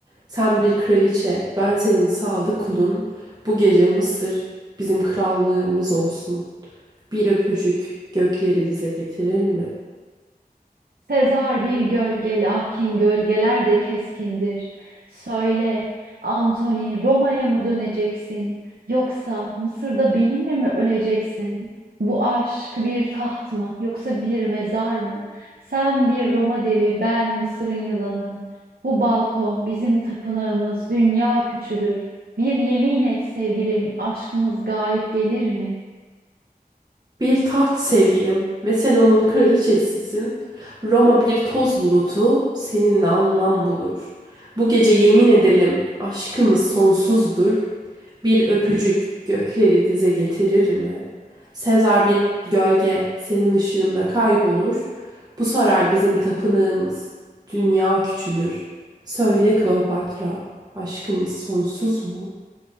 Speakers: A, on the right; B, on the right.
A: Sen bir kraliçe, ben senin sadık kulun. Bu gece Mısır bizim krallığımız olsun. Bir öpücük gökleri dize getirir mi?
B: Sezar bir gölge lakin gölgeler de keskindir. Söyle, Antoni, Roma'ya mı döneceksin yoksa Mısır'da benimle mi öleceksin? Bu aşk bir taht mı yoksa bir mezar mı? Sen bir Roma devi, ben Mısır'ın yılanı. Bu balkon bizim tapınağımız, dünya küçülür. Bir yemin et sevgilim, aşkımız galip gelir mi?
A: Bir taht sevgilim ve sen onun kraliçesisin. Roma bir toz bulutu seninle anlam bulur. Bu gece yemin edelim aşkımız sonsuzdur. Bir öpücük gökleri dize getirir mi? Sezar bir gölge senin ışığında kaybolur. Bu saray bizim tapınağımız. Dünya küçülür. Söyle Kleopatra, aşkımız sonsuz mu?